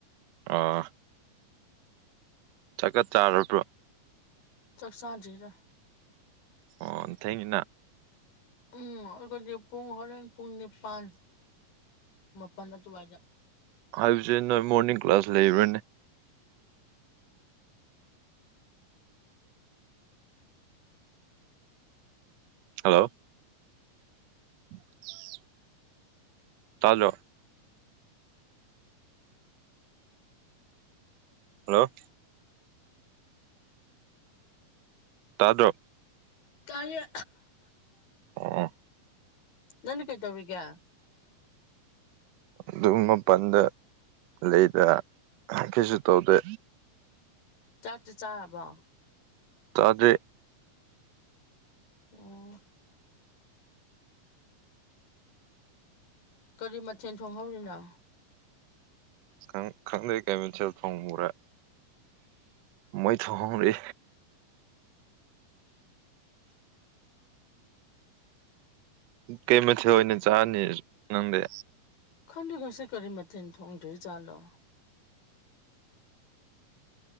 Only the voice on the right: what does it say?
ꯑꯥ ꯆꯀꯠ ꯆꯥꯔꯕ꯭ꯔꯣ
ꯑꯣ ꯊꯦꯡꯅꯥ
ꯍꯥꯏꯁꯦ ꯅꯣꯏ ꯃꯣꯔꯅꯤꯡ ꯀ꯭ꯂꯥꯁ ꯂꯩꯕ꯭ꯔꯅꯦ ꯍꯜꯂꯣ <unintelligible> ꯇꯥꯖꯣ ꯍꯜꯂꯣ ꯇꯥꯗ꯭ꯔꯣ
ꯑꯣ
ꯑꯗꯨꯝ ꯃꯄꯜꯗ ꯂꯩꯗ ꯀꯩꯁꯨ ꯇꯧꯗꯦ
ꯇꯗ
ꯪ ꯈꯪꯗꯩ ꯀꯩꯃꯤꯦꯟꯁꯤꯦꯜ ꯊꯣꯡ ꯃꯨꯔꯦ ꯃꯣꯏ ꯊ ꯍ ꯔꯦ
ꯀꯩꯃꯦꯁ ꯑꯣꯏꯣꯏꯅꯤ ꯆꯥꯅꯤ ꯅꯗꯦ